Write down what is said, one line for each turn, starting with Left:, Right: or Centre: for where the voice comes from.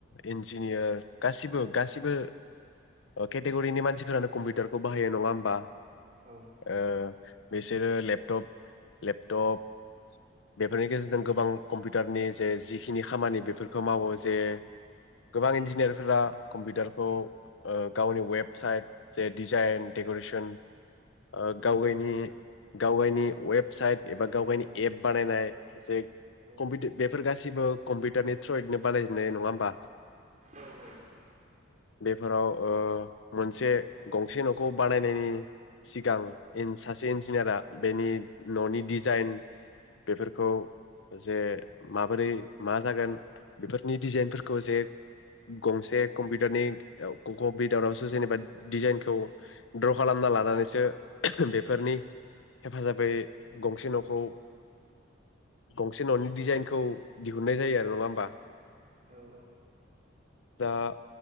Left: इन्जिनियार गासिबो गासिबो केटेगरिनि मानसिफोरानो कम्पिउटारखौ बाहायो नङा होमबा?
Right: औ
Left: ओ बिसोरो लेपटप लेप टप बेफोरनि गेजेरजों गोबां कम्पिउटारनि जे जिखिनि खामानि बेफोरखौ मावो जे गोबां इन्जिनियारफोरा कम्पिउटारखौ ओ गावनि वेबसाइट जे डिजाइन डेक'रेसन ओ
Right: उम
Left: गावगायनि गावगायनि वेबसाइट एबा गावगायनि एप बानायनाय जे
Right: औ
Left: कम्पिट बेफोर गासिबो कम्पिउटारनि थ्रयैनो बानायजेननाय नङा होमबा?
Right: औ औ।
Left: बेफोराव ओ मोनसे गंसे न'खौ बानायनायनि सिगां सासे इन्जिनियारा बेनि न'नि डि जाइन बेफोरखौ जे माबोरै मा जागोन बेफोरनि डिजाइनफोरखौ जे गंसे कम्पिउटारनि ओव कम्पिउटारावसो जेनेबा डिजाइनखौ द्र' खालामना लानानैसो बेफोरनि हेफाजाबै गं से न'खौ गंसे न'नि डिजाइनखौ दिहुननाय जायो आरो नङा होमबा?
Right: औ औ।
Left: आ